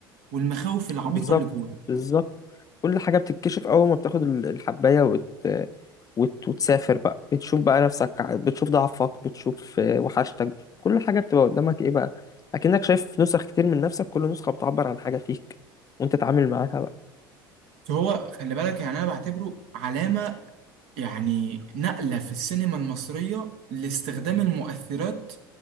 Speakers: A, on the right (about 65°); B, on the left (about 30°).
A: والمخاوف العميقة
B: بالظبط
A: اللي جواه
B: بالظبط كل حاجة بتتكشف أول ما بتاخد ال- الحباية وت... وت... وتسافر بقى بتشوف بقى نفسك ع- بتشوف ضعفك بتشوف آه، وحشتك كل حاجة بتبقى قدامك إيه بقى أكنك شايف نسخ كتير من نفسك كل نسخة بتعبر عن حاجة فيك وأنت تتعامل معاها بقى
A: فهو خلي بالك يعني انا بعتبره علامة يعني نقلة في السينما المصرية لاستخدام المؤثرات